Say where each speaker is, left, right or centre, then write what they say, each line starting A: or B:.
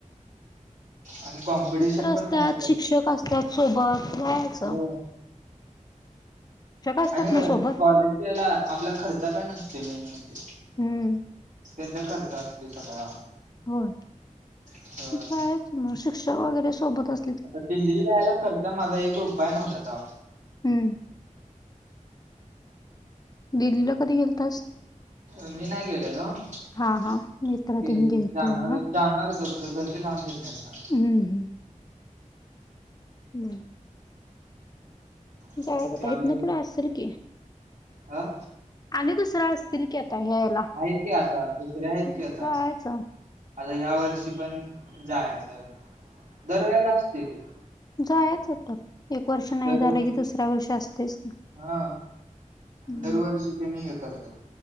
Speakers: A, on the right (about 70°); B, on the left (about 30°).
A: आणि कॉम्पिटिशन
B: मित्र
A: पण
B: असत्यात
A: मोठी
B: शिक्षक असतात सोबत जायाचं.
A: असते होय.
B: असतात
A: आणि
B: ना सोबत
A: कॉलेज यायला आपला खर्च काय नसते मेन म्हणजे.
B: हम्म
A: त्यांच्या खर्च असतय सगळा.
B: होय
A: होय
B: जायचं मग शिक्षक वगैरे सोबत अस''--''
A: आता दिल्लीला जायला खर्च माझा एक रुपया नव्हता तेवा.
B: हम्म, दिल्लीला कधी गेलतास.
A: ''मी नाही गेलेलो ते
B: हा हा मित्र तेन गेलते
A: जाणार
B: होय
A: जाणार होत. तर घरची लावून दिले नाहीत ना.
B: हम हम, नाय. जायचं
A: ना
B: आता
A: त्यावेळेला
B: इथून पुढे असेल की,
A: अ
B: आणि दुसर असतील की, आता व्हा.
A: आहेत की, आता दुसरे आहेत
B: जायचं
A: की, आता. आता या वर्षी पण जायचंय दरवेळेला असते ते.
B: जायचं होता एक वर्ष नाही
A: दरवर्षी
B: झालं की, दुसऱ्या वर्ष असतेच की,
A: हा,
B: हम्म
A: दरवर्षी त्यांनी हे करतात.